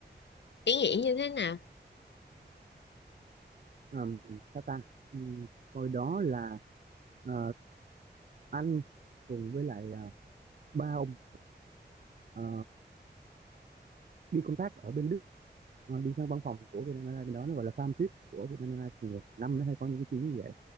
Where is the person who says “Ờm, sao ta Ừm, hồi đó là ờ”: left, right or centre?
Right